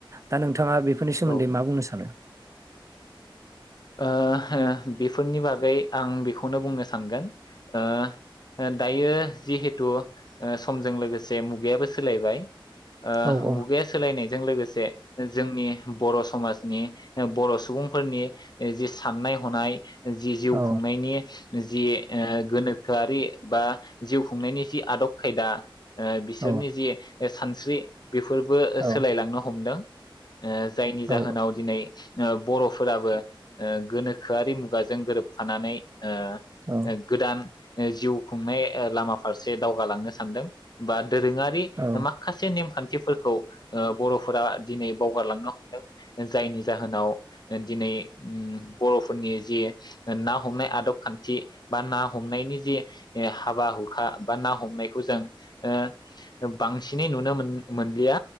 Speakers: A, on the right; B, on the left.
A: बिथाङा बेफोरनि सोमोन्दै
B: औ ओ
A: मा बुंनो सानो
B: ओ हो बेफोरनि बागै आं बेखौनो बुंनो सानगोन ओ दायो ओ जिहेथु समजों लोगोसे मुगायाबो सोलायबाय ओ
A: औ औ
B: मुगाया सोलायनाय जों लोगोसे जोंनि बर' समाजनि बर' सुबुंफोरनि जि साननाय हनाय जि जिउ
A: औ
B: खुंनायनि जि ओ गोनोखोआरि बा जिउ खुंनायनि जि आदब खायदा ओ बिसोरनि
A: औ
B: जि ए सानस्रि बेफोरबो
A: औ
B: सोलायलांनो हमदों ओ जायनि जाहोनाव
A: औ
B: दिनै ओ बर'फोराबो ओ गोनोखोआरि मुगाजों गोरोबफानानै ओ
A: औ
B: गोदान जिउ खुंनाय लामा फारसे दावगालांनो सानदों बा दोरोङारि
A: औ
B: माखासे नेमखान्थि थिफोरखौ ओ बर'फोरा ओ दिनै बावगारलांनो हमदों जायनि जाहोनाव दिनै उम बर'फोरनि जि ना हमनाय आदब खान्थि जि बा ना हमनायनि जि ओ हाबा हुखा बा ना हमनायखौ जों ओ बांसिनै नुनो मोन मोनलिया